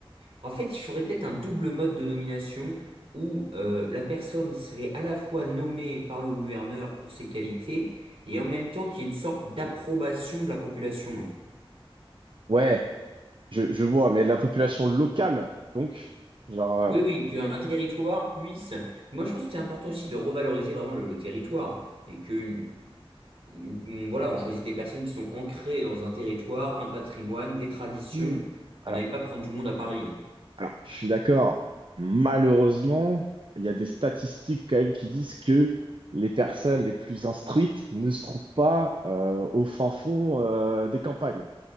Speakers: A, on the right; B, on the right.
A: En fait, il faudrait peut-être un double mode de nomination où euh, la personne serait à la fois nommée par le gouverneur pour ses qualités et en même temps qu'il y ait une sorte d'approbation de la population.
B: Ouais, je, je vois, mais la population locale, donc, genre. euh,
A: Oui, oui, qu'un territoire puisse... Moi, je pense que c'est important aussi de revaloriser vraiment le, le territoire et que, une- une- voilà, on choisit des personnes qui sont ancrées dans un territoire, un patrimoine, des traditions,
B: il- alors,
A: qu'on n'aille pas prendre tout le monde à Paris.
B: alors, je suis d'accord. Malheureusement, il y a des statistiques quand même qui disent que les personnes les plus instruites ne se trouvent pas euh, au fin fond euh, des campagnes.